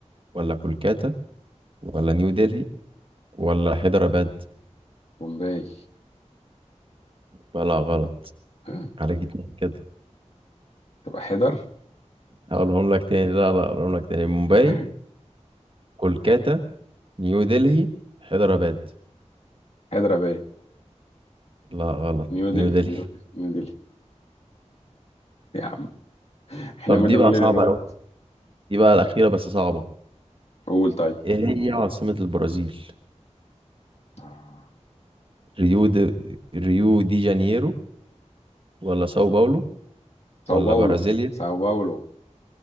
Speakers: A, on the right (about 45°); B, on the left (about 60°).
A: ولا كولكاتا ولا نيو دلهي ولا حيدراباد
B: بومباي
A: ولا غلط
B: ها،
A: عليك اتنين كده
B: تبقى حيدر
A: هقولهم لك تاني لا لا هقولهم لك تاني مومباي
B: <laughs>
A: كولكاتا نيو دلهي حيدراباد
B: حيدر أباد
A: لا غلط
B: نيو
A: نيو
B: دلهي
A: دلهي
B: نيو دلهي نيو دلهي يا عم احنا
A: طب
B: مالنا
A: دي بقى
B: مال
A: صعبة
B: العراق
A: أوي دي بقى الأخيرة بس صعبة
B: قول طيب
A: إيه هي عاصمة البرازيل
B: آه.
A: ريو دي ريو دي جانيرو ولا ساو باولو
B: ساو
A: ولا
B: باولو
A: برازيليا
B: ساو باولو